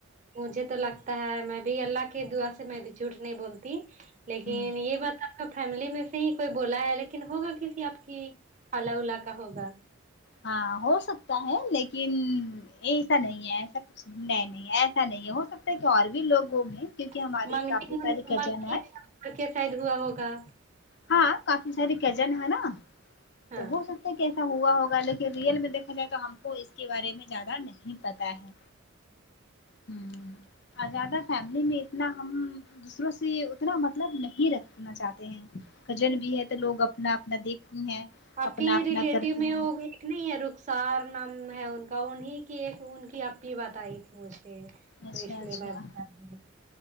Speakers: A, on the right; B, on the left.
A: مجھے تو لگتا ہے میں بھی اللہ کی دعا سے میں بھی جھوٹ نہیں بولتی لیکن
B: ہ
A: یہ بات تو آپ کا فیملی میں سے ہی کوئی بولا ہے لیکن ہوگا کسی آپ کی خالا ولا کا ہوگا
B: ہاں ہو سکتا ہے لیکن ایسا نہیں ہے ایسا نہیں نہیں ایسا نہیں ہے ہو سکتا کہ اور بھی لوگوں میں کیونکہ ہماری
A: نا منگنی
B: کافی ساری کجین
A: منگنی
B: ہے
A: کر کے شاید ہوا ہوگا
B: ہاں کافی ساری کزن ہے نا
A: ہاں
B: تو ہو سکتا ایسا ہوا ہوگا لیکن ریئل میں دیکھا جائے تو ہم کو اس کے بارے میں زیادہ نہیں پتہ ہے ہمم اور زیادہ فیملی میں اتنا ہم دوسروں سے اتنا مطلب نہیں رکھنا چاہتے ہیں کزن بھی ہے تو لوگ اپنا اپنا دیکھتی ہیں
A: آپ
B: اپنا
A: کے ہی
B: اپنا
A: ریلیٹیو
B: کرتی
A: میں
B: ہیں
A: ہوگی نہیں ہے رخسار نام ہے ان کا انہیں کی ایک ان کی اپی بتائی تھی مجھے تو
B: اچھا
A: اس لیے
B: اچھا
A: میں بتا رہی ہوں